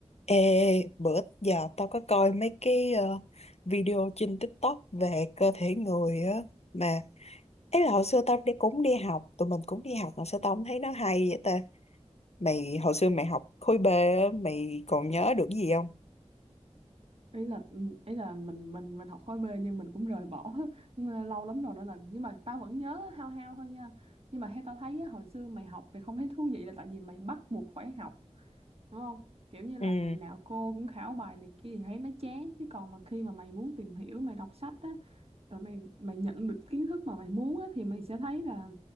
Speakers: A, on the left; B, on the right.
A: Ê, bữa giờ tao có coi mấy cái ờ, video trên TikTok về cơ thể người á mà ấy là hồi xưa tao đi cũng đi học tụi mình cũng đi học mà sao tao không thấy nó hay vậy ta mày hồi xưa mày học khối B á mày còn nhớ được cái gì không
B: ý là ừ, ý là mình mình mình học khối B nhưng mình cũng rời bỏ <laughs> lâu lắm rồi nên là nhưng mà tao vẫn nhớ hao hao thôi nha nhưng mà theo tao thấy á, hồi xưa mày học thì không thấy thú vị là tại vì mày bắt buộc phải học đúng không kiểu như là
A: ừ
B: ngày nào cô cũng khảo bài này kia thì thấy nó chán chứ còn mà khi mà mày muốn tìm hiểu mày đọc sách á rồi mày mày nhận được kiến thức mà mày muốn á, thì mày sẽ thấy là